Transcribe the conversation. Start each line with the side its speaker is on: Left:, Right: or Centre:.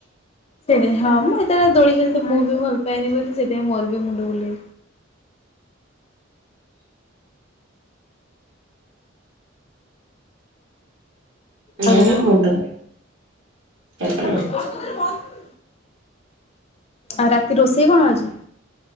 Left: ସେଇଦିନ ହଁ ମୁଁ ଏତେବେଳେ ଦୋଳି ଖେଳିତେ ମୁଁ ବି ଭଲ ପାଏନି ବୋଲି ସେଥିପାଇଁ ମୋର ବି ମୁଣ୍ଡ ବୁଲେ। ଆଉ
Right: ମୋର ମୁଣ୍ଡ ବୁଲେ, ଦୋଳି ଖେଳିନେ।
Left: <inaudible> ଆଉ ରାତି ରୋଷେଇ କଣ ଆଜି?